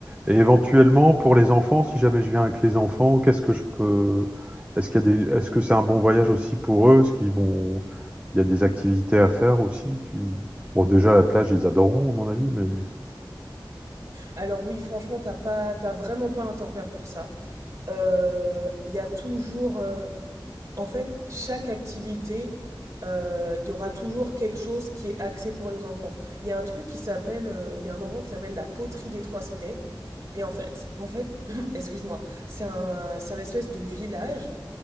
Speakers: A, on the right; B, on the right.
A: Et éventuellement, pour les enfants, si jamais je viens avec les enfants, qu'est-ce que je peux. Est-ce qu'il y a des... Est-ce que c'est un bon voyage aussi pour eux? Est-ce qu'ils vont. Il y a des activités à faire aussi qui... Bon, déjà, la plage, ils adoreront, à mon avis, mais.
B: Alors oui, franchement, t'as pas, t'as vraiment pas à t'en faire pour ça. Euh, Il y a toujours, euh, en fait, chaque activité, euh, il y aura toujours quelque chose qui est axé pour les enfants. Il y a un truc qui s'appelle, euh, il y a un endroit qui s'appelle la poterie des Trois Îlets. Et en fait, en fait, <clears throat> excuse-moi, c'est un, c'est un espèce de village